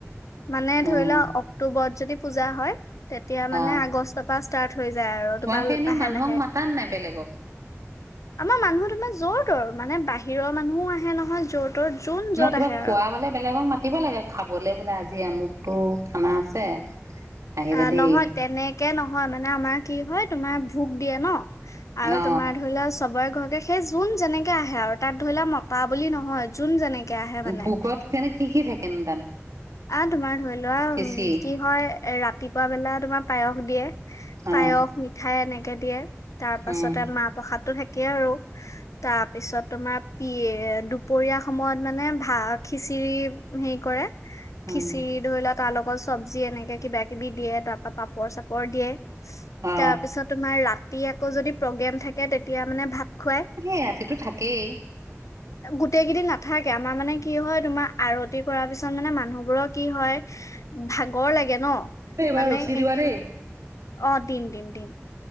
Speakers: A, on the left; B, on the right.
A: মানে
B: উম
A: ধৰি লোৱা অক্টোবৰত যদি পূজা হয়। তেতিয়া মানে
B: অ
A: আগষ্টৰ পৰা ষ্টাৰ্ট হৈ যায় আৰু
B: তোমালোকে
A: তোমাৰ লাহে
B: এনেই মানুহক
A: লাহে।
B: মাতা নাই বেলেগক
A: আমাৰ মানুহ তোমাৰ যৰ তৰ মানে বাহিৰৰ মানুহো আহে নহয় যৰ। তৰ যোন য'ত
B: নে কিবা
A: আহে
B: খোৱাবলে
A: আৰু
B: বেলেগক মাতিব লাগে খাবলৈ বোলে আজি। আজি আমুক টো খানা আছে। আহিবা
A: অ
B: দেই
A: নহয় তেনেক। কে নহয় মানে আমাৰ কি হয় তোমাৰ ভোক দিয়ে ন। আৰু
B: অ
A: তোমাৰ ধৰি লোৱা। চবৰে ঘৰতে সেই যোন যেনেকে আহে আৰু তাত ধৰিলোৱা মতা বুলি নহয় যোন যেনেকে। আহে মানে
B: ভোকত কেনে কি কি থাকে। নো তাত।
A: আহ তোমাৰ ধৰি লোৱা
B: খিচি
A: কি হয়। এ ৰাতিপুৱা বেলা তোমাৰ পায়স দিয়ে।
B: অ
A: পায়স মিঠাই এনে। কে দিয়ে। তাৰ পাছতে
B: উম
A: মাহ প্ৰসাদ তো থাক। কে আৰু তাৰপিছত তোমাৰ প দুপৰীয়া সময়ত মানে ভা খিচিৰি হেৰি কৰে। খিচিৰি
B: উম
A: ধৰি লোৱা। তাৰ লগত চব্জি এনেকে কিবা কিবি দিয়ে তাৰ পৰা পাপৰ চাপৰ দিয়ে।
B: অ
A: তাৰপিছত তোমাৰ ৰা। তি আকৌ যদি প্ৰগ্ৰেম থাকে তেতিয়া মানে ভাত। খুৱাই
B: সেয়া ৰাতিটো থাকেই।
A: গোটেই কেইদিন নাথাকে আমাৰ মানে কি হয় তোমাৰ আৰতি কৰা পিছত। ত মানে মানুহবোৰৰ কি হয় ভাগৰ লাগে ন।
B: এইবাৰ
A: মানে
B: ৰছী দিবা
A: এনে
B: দেই।
A: অ দিম দিম দিম।